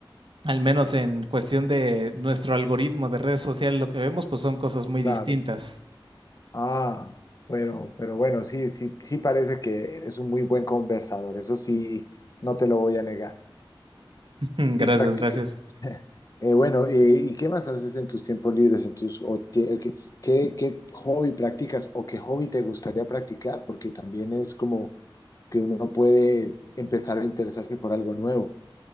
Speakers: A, on the right; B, on the left.
A: al menos en cuestión de nuestro algoritmo de redes sociales, lo que vemos pues son cosas muy
B: Claro.
A: distintas.
B: Ah, bueno, pero bueno, sí, sí, sí parece que eres un muy buen conversador, eso sí, no te lo voy a negar.
A: <laughs> Mm, Gracias,
B: Y practica,
A: gracias.
B: eh, bueno, eh, ¿y qué más haces en tus tiempos libres, en tus, o qué, qué- qué- qué hobby practicas o qué hobby te gustaría practicar? Porque también es como que uno puede empezar a interesarse por algo nuevo.